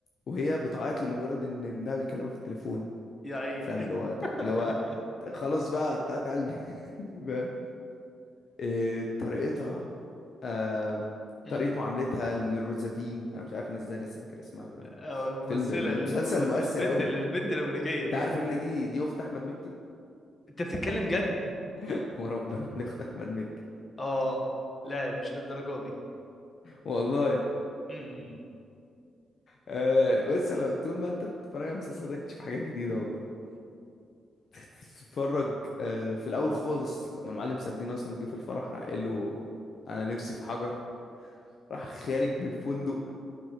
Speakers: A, on the left; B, on the left.
A: وهي بتعيط لمجرد ان ابنها بيكلمها في التليفون
B: يا عيني
A: فاهم اللي هو ده- اللي هو
B: <laughs>
A: خلاص بقى قطعت قلبي <laughs> إيه طريقتها آه
B: امم
A: طريقة معاملتها للروزافين انا مش عارف انا ازاي لسه فاكر اسمها بأمانة
B: اه الممثلة
A: فيلم المسلسل
B: الم... البنت
A: مؤثر قوي
B: البنت الأمريكية
A: انت
B: دي
A: عارف ان دي دي اخت احمد مكي
B: أنت بتتكلم جد؟
A: <laughs> وربنا دي اخت احمد مكي
B: اه لا مش للدرجة دي
A: والله
B: امم
A: آه بس لو طول ما انت بتتفرج على المسلسل ده تشوف حاجات جديدة والله تتفرج آه في الاول خالص لما المعلم سردين اصلا جه في الفرح راح قال له انا نفسي في حجر راح خارج من الفندق